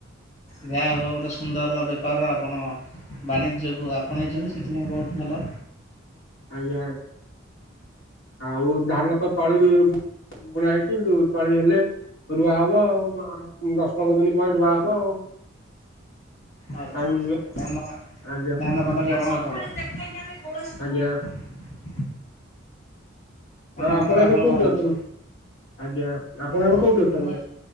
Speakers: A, on the left; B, on the left.
A: ଯା ହଉ ଗୋଟେ ସୁନ୍ଦର ବେପାର ଆପଣ ବାଣିଜ୍ୟକୁ ଆପଣେଇଛନ୍ତି। ସେଥିପାଇଁ ବହୁତ୍ ଭଲ।
B: ଆଜ୍ଞା ଆଉ ଧାନ ତ ତଳିରୁ ହି ବୁ -ବୁଣା ହେଇ <unintelligible> କି ଯୋଉ ତଳି ହେଲେ ରୁଆ ହବ ଆଉ ବା କୁ ଦଶ ପନ୍ଦର ଦିନ ପରେ ରୁଆ ହବ ଆଉ। <inaudible>
A: ଆଉ କଣ
B: ଟାଇମ
A: ଅଛି
B: ହେଇଗ
A: ଧାନ ପା
B: ଆଜ୍ଞା
A: ଧାନ ଫାନ କି ଆମର କଣ କାମ <unintelligible>
B: ଆଜ୍ଞା ମା ଆପଣ
A: ଫାନ ଆପଣଙ୍କର
B: ଏବେ କୋଉଠି
A: ହଉଛି
B: ଅଛନ୍ତି? ଆଜ୍ଞା, ଆପଣ
A: ମୁଁ
B: ଏବେ କୋଉଠି ଅଛନ୍ତି?
A: ମୁଁ